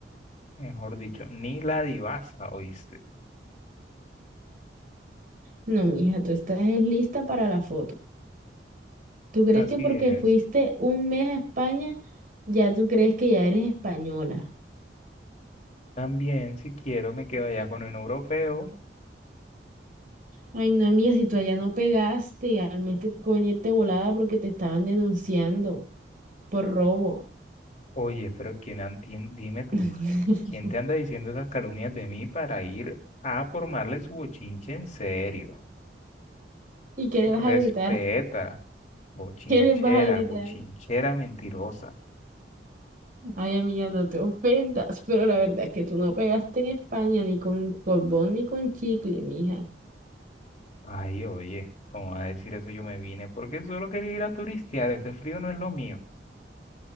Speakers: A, on the left; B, on the right.
A: Mejor dicho, ni la divasa, ¿oíste?
B: No, mija, tú estás es lista para la foto. ¿Tú crees
A: Así
B: que porque
A: es.
B: fuiste un mes a España, ya tú crees que ya eres española?
A: También, si quiero, me quedo allá con un europeo.
B: Ay, no, amiga, si tú allá no pegaste, al mes te tocó venirte volada porque te estaban denunciando por robo.
A: Oye, pero ¿quién, an- quién- dime tú,
B: <laughs>
A: ¿quién te anda diciendo esas calumnias de mí para ir a formarle su bochinche en serio?
B: ¿Y qué le vas a
A: Respeta.
B: gritar?
A: Bochinchera,
B: ¿Qué les vas a gritar?
A: bochinchera mentirosa.
B: Ay, amiga, no te ofendas, pero la verdad es que tú no pegaste en España ni con colbón ni con chicle, mija.
A: Ay, oye, ¿cómo vas a decir eso? Yo me vine porque solo quería ir a turistear. Ese frío no es lo mío.